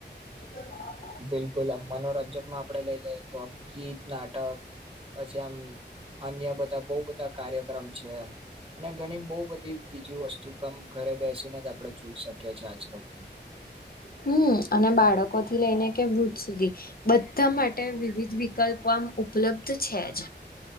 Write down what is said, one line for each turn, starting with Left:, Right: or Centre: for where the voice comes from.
Left: <unintelligible>
Right: બિલકુલ, આમ મનોરંજનમાં આપડે લઈ લઈએ તો આમ ગીત, નાટક- -પછી આમ અન્ય બધા બઉ બધા કાર્યક્રમ છે. અને ઘણી બહુ બધી બીજી વસ્તુ કામ ઘરે બેસીને જ આપણે જોઈ શકીએ છીએ આજકાલ.
Left: હમ અને બાળકો થી લઈને કે વૃદ્ધ સુધી- બધા માટે વિવિધ વિકલ્પ આમ ઉપલબ્ધ છેજ.